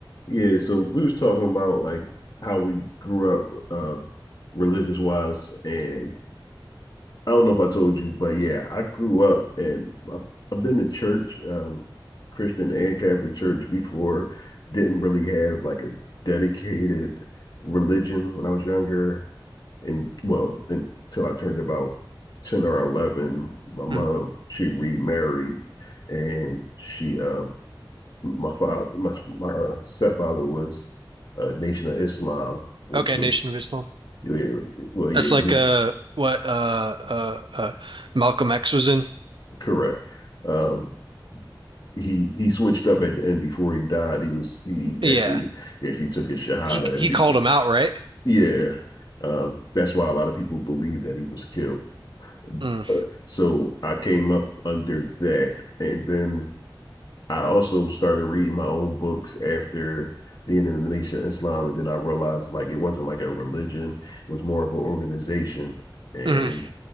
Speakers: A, on the left (about 50°); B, on the right (about 70°).
A: Yeah, so we was talking about like how we grew up uh, religious wise, and I don't know if I told you, but yeah, I grew up and I've, I've been to church, um, Christian and Catholic church before. Didn't really have like a dedicated religion when I was younger, and well, until I turned about 10 or 11, my mom,
B: Mhm.
A: she remarried and she uh, my father, my my uh, stepfather was uh, Nation of Islam, which
B: Okay,
A: was
B: Nation of Islam.
A: yeah, well, yeah,
B: That's like
A: you
B: uh what uh uh uh Malcolm X was in.
A: correct. Um, he he switched up at the end before he died. He was he
B: Yeah.
A: actually he actually took his shahada
B: He he
A: and became,
B: called him out, right?
A: yeah. Um, that's why a lot of people believe that he was killed.
B: Mm.
A: Uh, so I came up under that, and then I also started reading my own books after being in the Militia Islam, and then I realized like it wasn't like a religion, it was more of an organization. And
B: Mhm.